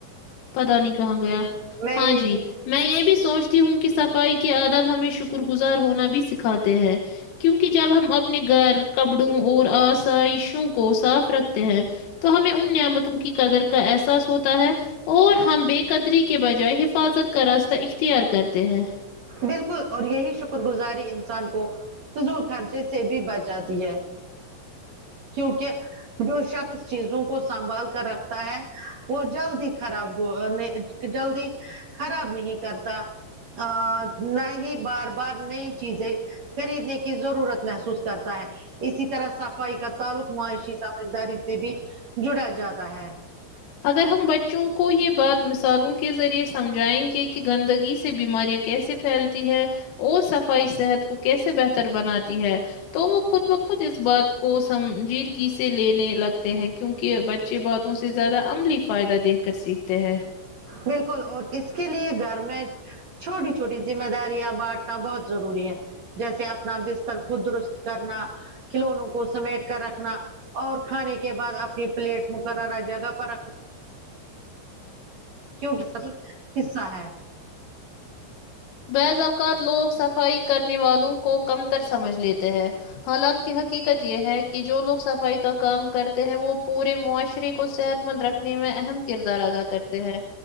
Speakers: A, on the left (about 85°); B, on the right (about 70°).
A: پتا نہیں کہاں گیا
B: میں
A: ہاں
B: یہ
A: جی
B: بھی
A: میں یہ بھی سوچتی ہوں کہ صفائی کے آدب ہمیں شکر گزار ہونا بھی سکھ اتے ہیں کیونکہ جب ہم اپنے گھر کپڑوں اور آسائشوں کو صاف رکھتے ہیں ہمیں ان نعمتوں کی قدر کا احساس ہوتا ہے اور ہم بے ک قدری کے بجائے حفاظت کا راستہ اختیار کرتے ہیں
B: بالکل اور یہی شکر گزاری انسان کو فضول خرچے سے بھی بچاتی ہے کیونکہ جو شخص چیزوں کو سنبھال کر رکھتا ہے وہ جلد ہی خراب ہوگا نہی جلدی خراب نہیں کرتا ا نہ ہی بار بار نئی چیزیں خریدنے کی ضرورت محسوس کرتا ہے اسی طرح سب کا تعلق معاشی سمجھداری سے بھی جڑا جاتا ہے
A: اگر ہم بچوں کو یہ بات مثالوں کے ذریعے سمجھائیں گے کہ گندگی سے بیماریاں کیسے پھیلتی ہے اور صفائی صحت کیسے بہتر بناتی ہے تو وہ خود بخود اس بات کو سنجیدگی سے سے لینے لگتے ہیں کیونکہ بچے باتوں سے زیادہ عملی فائدہ دیکھ کر سیکھتے ہیں
B: بالکل اور اس کے لیے گھر میں چھوٹی چھوٹی ذمہ داریاں بانٹنا بہت ضروری ہے جیسے اپنا بستر خود درست کرنا کھلونوں کو سمیٹ کر رکھنا اور کھانے کے بعد اپنی پلیٹ مقررہ جگہ پر رکھ کیونکہ حصہ ہے
A: بعض اوقات لوگ صفائی کرنے والوں کو کمتر سمجھ لے تے ہے ہاں حالانکہ حقیقت یہ ہے کہ جو لوگ صفائی کا کام کرتے ہیں وہ پورے معاشرے کو صحت مند رکھنے میں اہم کردار ادا کر تے ہیں